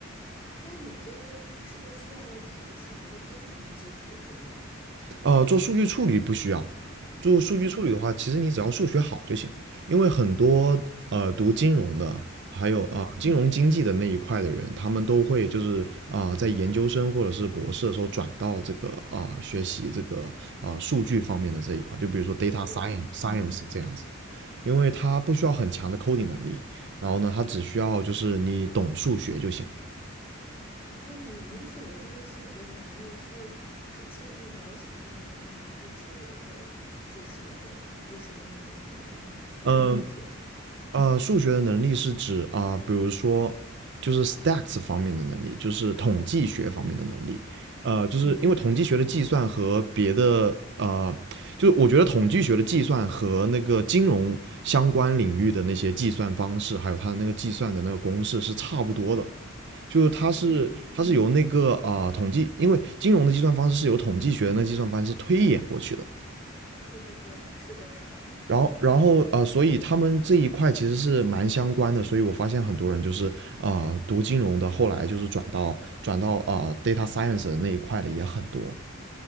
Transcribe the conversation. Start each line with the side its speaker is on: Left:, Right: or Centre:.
Left: 那你这个是不是需要挺强的编程基础的呢？
Right: 呃，做数据处理不需要。做数据处理的话，
Left: 哦，
Right: 其实你只要数学好就行，因为很多呃读金融的，还有啊、
Left: 嗯，
Right: 呃金融经济的那一块的人，他们都会就是啊、呃在研究生或者是博士的时候转到这个啊、呃学习这个啊、呃数据方面的这一块，就比如说 data
Left: 对对对，
Right: science
Left: 没错。
Right: science 这样子，因为它不需要很强的 coding 能力，然后呢，它只需要就是你懂数学就行。
Left: 啊，你您指的这个数学能力是是建立模型的能力，还是指呃指什么指什么能力呢？您您可以给我解释一下吗？
Right: 嗯，呃，数学的能力是指啊、比如说就是 stats 方面的能力，就是统计学方面的能力。呃，
Left: 啊，
Right: 就是因为统计学的计算和别的呃，就我觉得统计学的计算和那个金融相关领域的那些计算方式，还有它的那个计算的那个公式是差不多的。就是它是它是由那个啊、
Left: 嗯，
Right: 呃统计，因为金融的计算方式是由统计学的那个计算方式推演过去的。
Left: 对对对，是的，是的。
Right: 然后，然后呃，所以他们这一块其实是蛮相关的，所以我发现很多人就是呃读金融的，后来就是转到转到啊、呃 data science 的那一块的也很多。